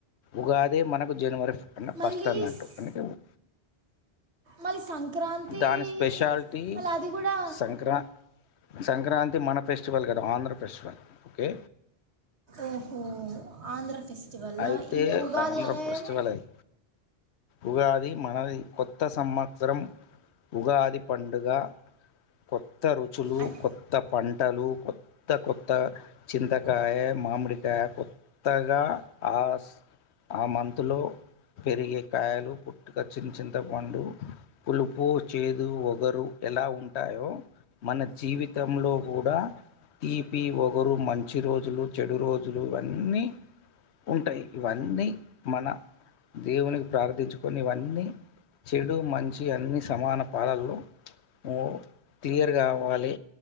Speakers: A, on the left; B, on the right.
A: ఉగాదే మనకు జనవరి నిన్న
B: మళ్ళీ
A: ఫస్ట్ అన్నట్టు
B: స్-
A: అందుకే పో
B: మళ్ళీ సంక్రాంతి
A: దాని స్పెషాల్టీ
B: మళ్ళీ అది కూడా
A: సంక్రా సంక్రాంతి మన ఫెస్ స్టివల్ కదా ఆంధ్ర ఫెస్టివల్ ఓకే
B: ఓహో ఆంధ్ర ఫెస్టివల్ల
A: అయితే
B: ఇది ఉగాది
A: ఆంధ్ర
B: అనేవి
A: ఫెస్టివల్ అది ఉగాది మనది కొత్త సమ్మత్సరం ఉగాది పండుగ కొత్త రుచులు
B: అ-
A: కొత్త పంటలు కొత్త కొత్త చింతకాయ మామిడికాయ కొత్తగా ఆస్ ఆ మంతులో పెరిగే కాయలు పుట్టుక చిన్ చింతపండు పులుపు చేదు వగరు ఎలా ఉం టాయో మన జీవితంలో కూడా తీపి ఒగరు మంచి రోజులు చెడు రోజులు అన్నీ ఉంటయ్ ఇవన్నీ మన దేవునికి ప్రార్థిచుకొనివన్నీ చెడు మంచి అన్ని సమాన పాలళ్ళో ఓ క్లియర్గావాలి